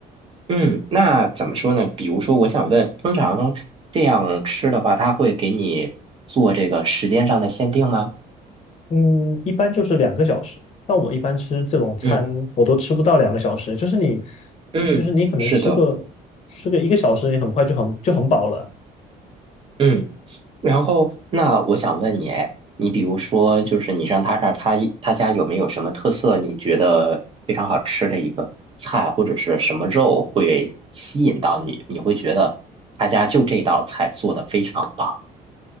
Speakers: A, on the right (about 30°); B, on the left (about 40°).
A: 嗯，那怎么说呢？比如说，我想问，通常这样吃的话，它会给你做这个时间上的限定吗？
B: 嗯，一般就是两个小时，但我一般吃这种餐，
A: 嗯。
B: 我都吃不到两个小时。就是你，
A: 嗯，
B: 就是你可能吃个
A: 是的，
B: 吃个一个小时，你很快就很就很饱了。
A: 嗯，然后那我想问你，哎，你比如说，就是你上他这儿，他他家有没有什么特色？你觉得非常好吃的一个菜，或者是什么肉会吸引到你？你会觉得他家就这道菜做的非常棒。